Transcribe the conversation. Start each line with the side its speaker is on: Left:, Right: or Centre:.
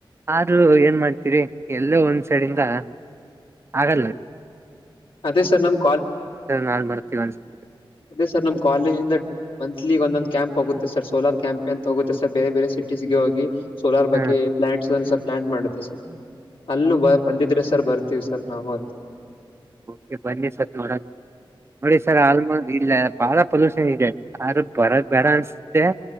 Right: ಆದ್ರು ಏನ್ ಮಾಡ್ತೀರಿ ಎಲ್ಲೋ ಒಂದ್ ಸೈಡಿಂದ ಹಾಗಲ್ಲ
Left: ಅದೇ ಸರ್ ನಮ್ ಕಾಲ್
Right: ನಾಳ್ ಮಾಡ್ತೀವಿ ಅನ್ಸ್ತದೆ
Left: ಅದೇ ಸರ್ ನಮ್ಮ ಕಾಲೇಜಿಂದ ಮಂತ್ಲಿ ಈಗ ಒಂದೊಂದು ಕ್ಯಾಂಪ್ ಹೋಗುತ್ತೆ ಸರ್ ಸೋಲಾರ್ ಕ್ಯಾಂಪ್ ಅಂತ ಹೋಗುತ್ತೆ ಸರ್ ಬೇರೆಬೇರೆ ಸಿಟೀಸ್ಗೆ ಹೋಗಿ ಸೋಲಾರ್ ಬಗ್ಗೆ
Right: ಹ
Left: ಪ್ಲಾಂಟ್ಸ್ ಸ ಪ್ಲಾಟ್ ಮಾಡುತ್ತೆ ಸರ್ ಅಲ್ಲ ಬ ಬಂದಿದ್ರೆ ಸರ್ ಬರ್ ರ್ತಿವಿ ಸರ್ ನಾವು
Right: ಕೆ ಬನ್ನಿ ಸರ್ ನೋಡನ್ ನೋಡಿ ಸರ್ ಆಲ್ಮೊ ಇಲ್ಲಿ ಬಾಳ ಪೊಲ್ಯೂಷನ್ ಇದೆ ಆದ್ರ ಬರದ್ ಬೇಡ ಅನ್ಸುತ್ತೆ